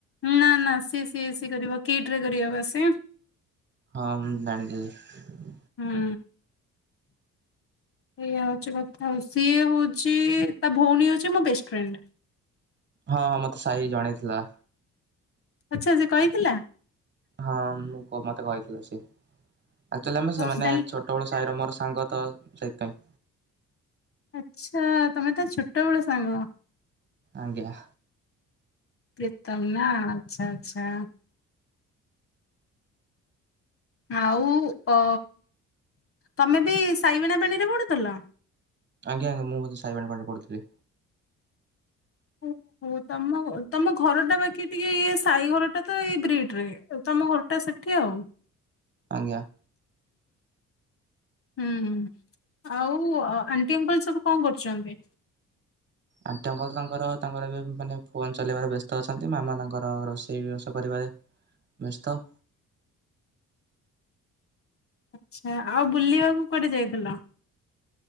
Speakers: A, on the left; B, on the right.
A: ନା ନା ସି ଏ ସି କରିବ କିଟ ରେ କରିବ ବା ସେ
B: ହଁ ଜାଣିଲି ଏବେ
A: ହୁଁ ଏଇଆ ହଉଛି କଥା ଆଉ ସିଏ ହଉଛି ତା ଭଉଣୀ ହଉଛି ମୋ ବେଷ୍ଟ ଫ୍ରେଣ୍ଡ-
B: ହଁ ହଁ ମତେ ସାହି ଜଣେଇଥିଲା-
A: ଆଛା ସେ କହିଥିଲା-
B: ହଁ ମୁଁ ମତେ କହିଥିଲ ସେ। ଆକ୍ଚୁଲି ଆମେ
A: ଓ
B: ସେମାନେ
A: ତାହେଲେ
B: ଛୋଟବେଳୁ। ସାଇର ମୋର ସାଙ୍ଗ ତ ସେଇଥିପାଇଁ।
A: ଆଚ୍ଛା ତମେ ତା ଛୋଟବେଳୁ ସାଙ୍ଗ।
B: ଆଜ୍ଞା।
A: ପ୍ରିତମ ନା ଆଚ୍ଛା ଆଚ୍ଛା। ଆଉ ଅ ତମେ ବି ସାଇ ବେଣା ପାଣିରେ ପଡୁଥିଲ।
B: ଆଜ୍ଞା ଆଜ୍ଞା ମୁଁ ବୋଧେ ସାଇ <unintelligible> ପାଠ ପଢିଥିଲି।
A: ଓ ହୋ ତମ ତମ ଘରଟା ବାକି ଟିକେ ଇଏସ ସାଇଘର ଟା ତ ଏଇ ବ୍ରିଡ ରେ। ତମ ଘରଟା ସେଠି ଆଉ।
B: ଆଜ୍ଞା।
A: ହୁଁ ଆଉ ଆଣ୍ଟି ଅଙ୍କଲ ସବୁ କଣ କରୁଛନ୍ତି?
B: ଆଣ୍ଟି ଅଙ୍କଲ ତାଙ୍କର ତାଙ୍କର ଏବେ ମାନେ ଫୋନ୍ ଚଲେଇବାରେ ବ୍ୟସ୍ତ ଅଛନ୍ତି ମାମା ତାଙ୍କର ରୋଷେଇ ବାସ କରିବାରେ ବ୍ୟସ୍ତ।
A: ଆଚ୍ଛା ଆଉ ବୁଲିବାକୁ କୁଆଡେ ଯାଇଥିଲ?